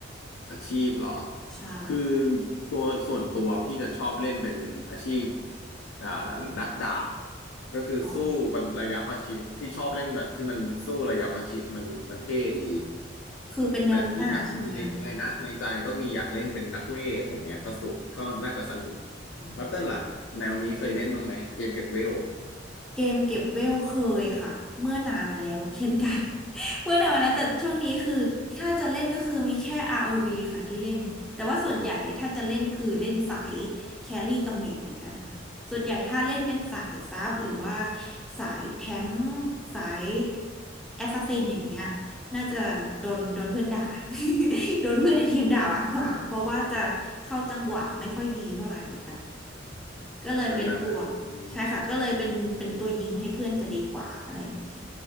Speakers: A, on the left; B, in the centre.
A: อาชีพเหรอ
B: ใช่
A: คือตัวส่วนตัวพี่จะชอบเล่นเป็นอาชีพอ่านักดาบก็คือสู้เป็นระยะประชิดพี่ชอบเล่นแบบที่มันสู้ระยะประชิดมันมันเท่ดี
B: อ๋อคือเป็นแนวหน้าใช่ไหม
A: แต่พี่อยากมีในใจนะในใจก็มีอยากเล่นเป็นนักเวทอะไรเงี้ยก็สุกก็น่าจะสนุก
B: ค่ะอืม
A: แล้วเต้นล่ะแนวนี้เคยเล่นบ้างไหมเกมเก็บเวล
B: เกมเก็บเวลเคยค่ะเมื่อนานมาแล้วเช่นกัน <laughs> เมื่อนานมาแล้วแต่ช่วงนี้คือถ้าจะเล่นก็คือมีแค่ ROV ค่ะที่เล่นแต่ว่าส่วนใหญ่ถ้าจะเล่นคือเล่นสายแครี่กับเมจเหมือนกันค่ะส่วนใหญ่ถ้าเล่นเป็นสายซับหรือว่าสายแท้งสายแอสซัสซินอย่างเงี้ยน่าจะโดนโดนเพื่อนด่า <laughs> โดนเพื่อนในทีมด่ามากกว่าเพราะว่าจะเข้าจังหวะไม่ค่อยดีเท่าไหร่ค่ะ
A: อืม
B: ก็เลยเป็นปวกใช่ค่ะก็เลยเป็นเป็นตัวยิงให้เพื่อนจะดีกว่าอะไรอย่างนี้
A: ก็นานๆที